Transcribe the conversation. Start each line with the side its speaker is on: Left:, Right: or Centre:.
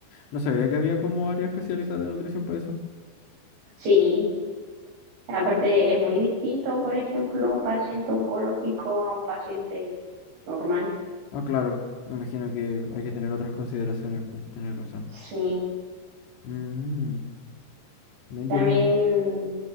Left: no sabía que había como área especializada de nutrición para eso.
Right: Sí, aparte es muy distinto, por ejemplo, un paciente oncológico a un paciente normal.
Left: Ah, claro, me imagino que hay que tener otras consideraciones, pues, tenés razón.
Right: Sí,
Left: Mm, no, yo...
Right: también...